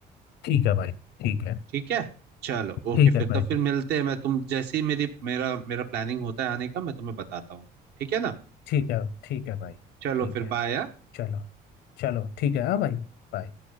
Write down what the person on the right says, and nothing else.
ठीक है चलो ओके
फिर
तो फिर मिलते हैं मैं तुम जैसे ही मेरी मेरा मेरा प्लानिंग होता है आने का मैं तुम्हें बताता हूँ ठीक है ना
चलो
फिर
बाय